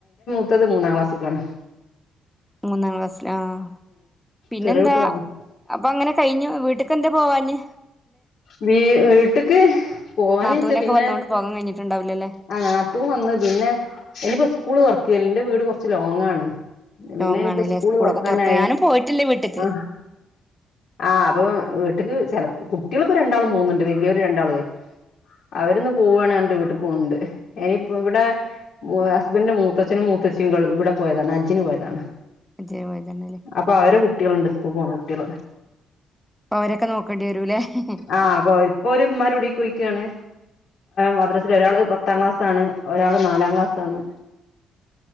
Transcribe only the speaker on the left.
അടുത്തത് മൂന്നാം ക്ലാസ്സ്ക്കാണ്
ചെറിയ കുട്ടികളാണ്
വീ വീട്ടക്ക് പോവാഞ്ഞ്ച്ച
പിന്നെ
ആഹ് നാത്തൂൻ വന്ന് പിന്നെ ഇനിയിപ്പോ സ്കൂള് തുറക്ക ല്ലേ ന്റെ വീട് കുറച്ച് ലോങ്ങാണ് പിന്നെ
നിപ്പോ
സ്കൂള്
തുറക്കാനായി
ആഹ് ആഹ് അപ്പൊ വീട്ടക്ക് ചിലപ്പോ കു കുട്ടികളിപ്പോ രണ്ടാളും പോകുന്നുണ്ട് വലിയൊരു രണ്ടാളേ അവരിന്ന് പോവുവാണ് എന്റെ വീട്ടക്ക്ണ്ട് ഇനിപ്പോ ഇവിടെ ഹസ്ബന്റിന്റെ മൂത്തച്ഛനും മൂത്തച്ഛിയും ഇവിടെ പോയതാണ് ഹജ്ജിനന് പോയതാണ്
അപ്പൊ അവരെ കുട്ടികളുണ്ട് ഇപ്പൊ മൂന്ന് കുട്ടികള
ആഹ് അപ്പൊ ഇപ്പൊ ഓര് ഉമ്മാന്റെ കുടീക്കോയിരിക്കയാണ് മദ്രാസേൽ ഒരാള് പത്താം ക്ലാസ് ആണ് ഒരാള് നാലാം ക്ലാസ്സാണ്